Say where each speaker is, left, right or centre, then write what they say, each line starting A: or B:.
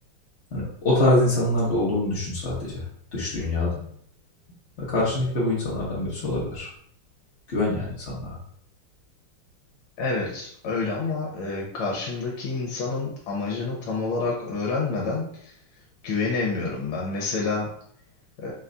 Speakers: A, on the left; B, on the left.
A: Hani o tarz insanlar da olduğunu düşün sadece dış dünyada. Ve karşındaki de bu insanlardan birisi olabilir. Güven yani insanlara.
B: Evet, öyle ama e, karşımdaki insanın amacını tam olarak öğrenmeden güvenemiyorum. Ben mesela e,